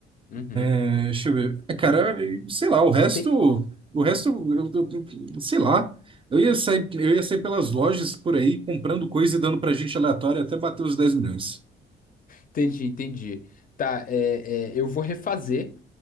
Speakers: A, on the left; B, on the right.
A: Uhum.
B: É, Deixa eu ver. É, Cara, sei lá, o resto,
A: Você tem.
B: o resto, eu, eu- sei lá. Eu ia sair, eu ia sair pelas lojas por aí comprando coisa e dando pra gente aleatória até bater os dez milhões.
A: Entendi, entendi. Tá, é, é, eu vou refazer